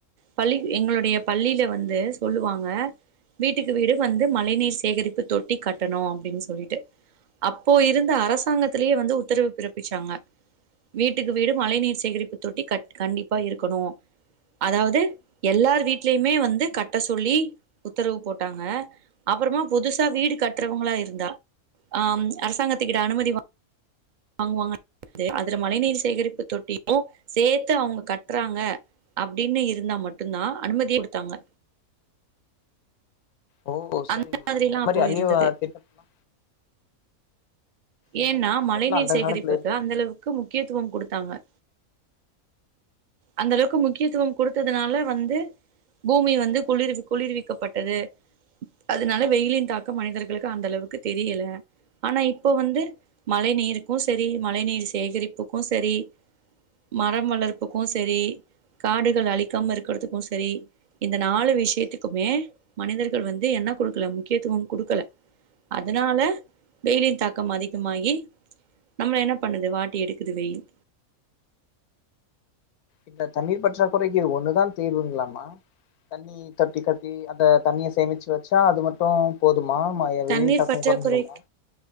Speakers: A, on the right; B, on the left.
A: பள்ளி எங்களுடைய பள்ளில வந்து சொல்லுவாங்க வீட்டுக்கு வீடு வந்து மழை நீீர் சேகரிப்பு தொட்டி கட்டணு அப்டின்னு சொல்லிட்டு அப்போ இருந்து த்த அரசாங்கத்திலே வந்து உத்தரவு பிறப்பிச்சாங்க வீட்டுக்கு வீடு மழை நீீர் சேகரிப்பு தொட்டி கட் கண்டிப்பா இருக்கணு அதாவது எல்லார் வீட்லயுமே வந்து கட்ட சொல்லி உத்தரவு போட்டாங்க அப்பறமா புதுசா வீடு கட்றவங்ளா இருந்தா ஆ அரசாங்கத்துகிட்ட அனுமதி வா வாங்வாங்க அதுல மழை நீர் சேகரிப்பு தொட்டியு சேத்து அவுங்க கட்றாங்க அப்படின்னு இருந்தா மட்டுந்தா அனுமதி குடுத்தாங்க
B: ஓ சரிங்கம்மா
A: அந்த மாரிலா
B: இந்த மாரி
A: அப்போ
B: அரிய
A: இருந்துது
B: திட்டம்லா இந்த
A: ஏன்னா
B: மாரி திட்டம்லா
A: மழை நீீர்
B: அந்த
A: சேகரிப்புக்கு
B: காலத்துல இருக்கு
A: அந்தளவுக்கு முக்கியத்துவொ குடுத்தாங்க அந்தளவுக்கு முக்கியத்துவொ குடுத்ததுனால வந்து பூமி வந்து குளிரிது குளிர்விக்கப்பட்டது அதனால வெயிலின் தாக்கொ மனிதர்களுக்கு அந்தளவுக்கு தெரியல ஆனா இ ப்போ வந்து மழை நீருக்கு சரி மழை நீர் சேகரிப்புக்கு சரி மரம் வளர்ப்புக்கு சரி காடுகள் அழிக்காம இருக்றதுக்கு சரி இந்த நாலு விஷயத்துக்குமே மனிதர்கள் வந்து என்ன குடுக்கல முக்கியத்துவொ குடுக்கல அதனால வெய்லின் தாக் கம் அதிகமாகி நம்ள என்ன பண்ணுது வாட்டி எடுக்குது வெயில்
B: இந்த தண்ணீர் பற்றாகுறைக்கு இது ஒன்னுதா தீர்வுங்ளாமா தண்ணி தொட்டி கட்டி அந்த தண்ணிய சேமிச்சு வச்சா அது மட்டு போதுமா மா
A: தண்ணீர்
B: வெயில் தாக்கொ
A: பற்றாக்குறை
B: கொறைஞ்சிருமா